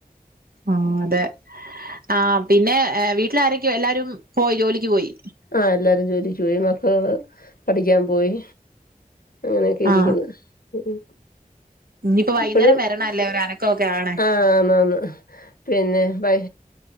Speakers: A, on the right; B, on the left.
A: ആഹ് അതെ. ആഹ് പിന്നെ വീട്ടിലാരൊക്കെ എല്ലാരും പോയി ജോലിക്ക് പോയി.
B: ആഹ് എല്ലാരും ജോലിക്ക് പോയി. മക്കള് പഠിക്കാൻ പോയി. അങ്ങനെയൊക്കെ
A: ആ
B: ഇരിക്കുന്നു ഉമ്
A: ഇനിയിപ്പോ വൈകുന്നേരം
B: ഇപ്പഴും
A: വരണല്ലേ ഒരു അനക്കമൊക്കെ ആണ്
B: അഹ് ആന്നാന്ന് പിന്നെ വൈ